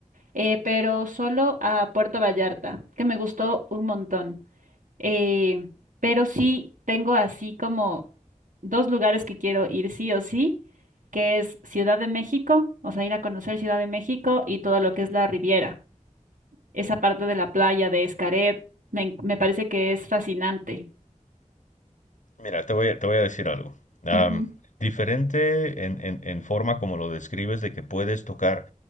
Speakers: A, on the right; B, on the left.
A: eh, pero solo a Puerto Vallarta, que me gustó un montón. Eh, pero sí tengo así como dos lugares que quiero ir sí o sí, que es Ciudad de México, o sea, ir a conocer Ciudad de México y todo lo que es la Riviera. Esa parte de la playa de Xcaret, me, me parece que es fascinante.
B: Mira, te voy a, te voy a decir algo. Am,
A: Ujú,
B: diferente en, en- en forma como lo describes de que puedes tocar